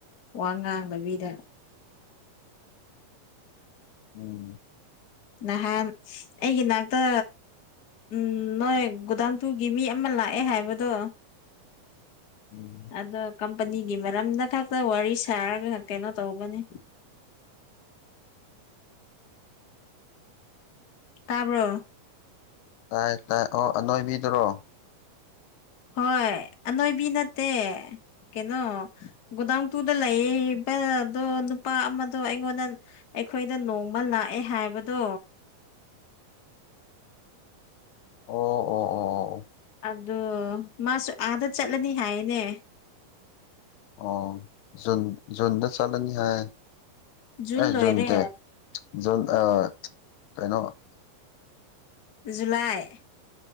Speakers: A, on the left; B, on the left.
A: ꯋꯥ ꯉꯥꯡꯗꯕꯤꯗ
B: ꯎꯝ
A: ꯅꯍꯥꯟ ꯑꯩꯒꯤ ꯅꯥꯛꯇ ꯎꯝ ꯅꯣꯏ ꯒꯣꯗꯥꯡꯇꯨꯒꯤ ꯃꯤ ꯑꯃ ꯂꯥꯛꯑꯦ ꯍꯥꯏꯕꯗꯣ
B: <inaudible>
A: ꯑꯗꯣ ꯀꯝꯄꯅꯤꯒꯤ ꯃꯔꯝꯗ ꯈꯛꯇ ꯋꯥꯔꯤ ꯁꯥꯔꯒ ꯀꯩꯅꯣ ꯇꯧꯕꯥꯅꯤ ꯇꯥꯕꯔꯣ
B: ꯇꯥꯏ ꯇꯥꯏ ꯑꯅꯣꯏꯕꯤꯗꯨꯔꯣ
A: ꯍꯣꯏ ꯑꯅꯣꯏꯕꯤ ꯅꯠꯇꯦ ꯀꯩꯅꯣ ꯒꯣꯗꯥꯎꯟꯇꯨꯗ ꯂꯩꯕꯗꯣ ꯅꯨꯄꯥ ꯑꯃꯗꯣ ꯑꯩꯉꯣꯟꯗ ꯑꯩꯈꯣꯏꯗ ꯅꯣꯡꯃ ꯂꯥꯛꯑꯦ ꯍꯥꯏꯕꯗꯣ
B: ꯑꯣ ꯑꯣ ꯑꯣ ꯑꯣ
A: ꯑꯗꯣ ꯃꯥꯁꯨ ꯑꯥꯗ ꯆꯠꯂꯅꯤ ꯍꯥꯏꯌꯦꯅꯦ
B: ꯑꯣ ꯖꯨꯟ ꯖꯨꯟꯗ ꯆꯠꯂꯅꯤ ꯍꯥꯏ
A: ꯖꯨꯟ
B: ꯑ
A: ꯂꯣꯏꯔꯦ
B: ꯖꯨꯟꯇꯦ ꯖꯨꯟ ꯑ ꯀꯩꯅꯣ
A: ꯖꯨꯂꯥꯏ